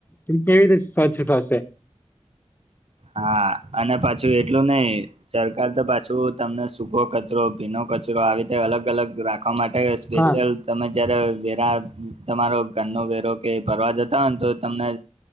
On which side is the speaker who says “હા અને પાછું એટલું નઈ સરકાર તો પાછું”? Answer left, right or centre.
Right